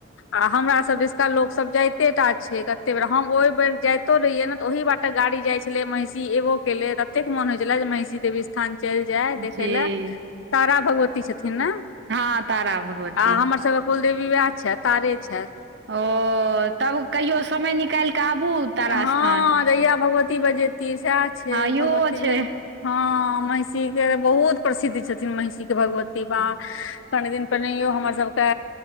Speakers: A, on the left; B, on the right.
A: आ हमरा सब दिशका लोकसभ जाइते टा छै कते बेर हम ओहि बेर जाइतो रहियै ने तऽ ओहि बा एकटा गाड़ी जाइ छलै महिषी एबो केेले ततेक मोन होइ छलै जे महिषी देवी स्थान चलि जाय देखै
B: जी
A: लए तारा भगवती छथिन ने
B: हँ तारा भगवती
A: आ हमर सबके कुलदेवी वएह छै तारे छैथ
B: ओ तब कहियो समय निकालि कऽ आबू तारा
A: हँ
B: स्थान
A: जहिया भगवती बजेती सएह छै
B: हँ इहो
A: भगवती
B: छै
A: जे हँ महिषी के बहुत प्रसिद्ध छथिन महिषी के भगवती बाऽ
B: <inaudible>
A: कनि दिन पहिनेहियो हमर सभके